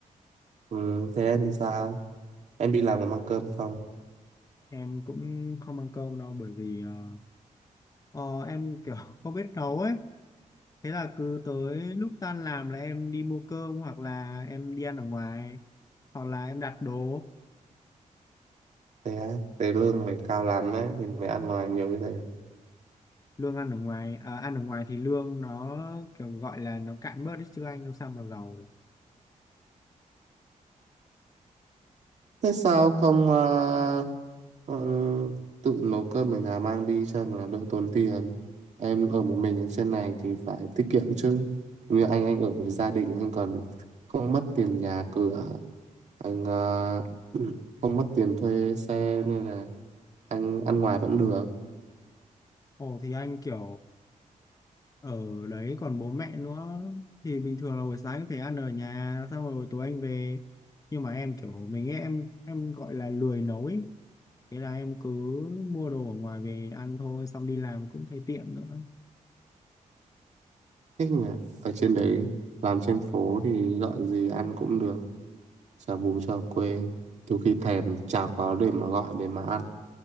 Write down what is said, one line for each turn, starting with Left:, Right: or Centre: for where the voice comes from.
Right: Ừ. Thế em thì sao em đi làm có mang cơm không
Left: em cũng không ăn cơm đâu bởi vì ờ, ờ, em kiểu <laughs> không biết nấu ấy Thế là cứ tới lúc tan làm là em đi mua cơm hoặc là em đi ăn ở ngoài hoặc là em đặt đồ
Right: thế á thế lương mày cao lắm ấy thì mày ăn ngoài nhiều như thế
Left: lương ăn ở ngoài à, ăn ở ngoài thì lương nó kiểu gọi là nó cạn bớt đi chứ anh làm sao mà giàu được.
Right: thế sao không ờ, ừm, tự nấu cơm ở nhà mang đi cho nó đỡ tốn tiền em ở một mình ở trên này thì phải tiết kiệm chứ như anh anh ở với gia đình anh còn không mất tiền nhà cửa anh ờ, <clears throat> không mất tiền thuê xe nên là anh ăn ngoài vẫn được
Left: Ồ thì anh kiểu ở đấy còn bố mẹ nữa thì bình thường là buổi sáng có thể ăn ở nhà xong rồi buổi tối anh về nhưng mà em kiểu mình ấy, em em gọi là lười nấu ấy thế là em cứ mua đồ ở ngoài về ăn thôi xong đi làm cũng thấy tiện nữa
Right: thích nhỉ ở trên đấy làm trên phố thì gọi gì ăn cũng được chả bù chả quê nhiều khi thèm chả có để mà gọi để mà ăn